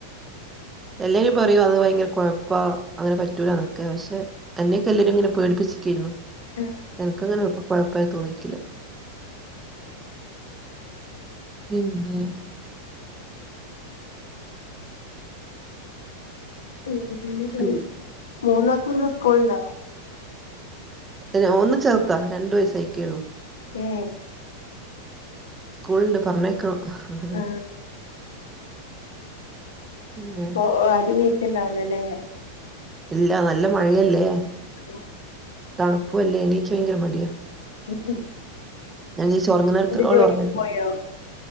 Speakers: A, on the right; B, on the left.
A: എല്ലെരും പറയൂ അത് ഭയങ്കര കുഴപ്പാ അങ്ങനെ പറ്റൂലന്നൊക്കെ പക്ഷെ അന്നെക്കെല്ലരും ങ്ങനെ പേടിപ്പിച്ചികെയിരുന്നു
B: എ
A: എനക്ക് അങ്ങനെ കൊഴപ്പായി തോന്നിട്ടില്ല നിന്നെയോ
B: മ്
A: പിന്നെ
B: <unintelligible> മൂന്നാക്കുന്ന് സ്കൂൾണ്ടോ?
A: ന്നെ ഒന്ന് ചേർത രണ്ടു വയസയികെള്ളൂ.
B: ഏ
A: കൂൾണ്ട് പറഞ്ഞേക്കണം ഹ്
B: ആ
A: പിന്നെ
B: പ ഓ അരുണിറ്റ്ണ്ടാവുലാലേ?
A: ഇല്ല നല്ല മഴയല്ലേ
B: <inaudible>
A: തണുപ്പുല്ലേ എനിക്യഭയങ്കര മടിയാ.
B: <unintelligible>
A: ഞാൻ ചോദിച്ചു ഉറങ്ങണടു ത്തോളം
B: ജോലിക്ക്
A: ഒറങ്ങട്ടെ
B: പോയോ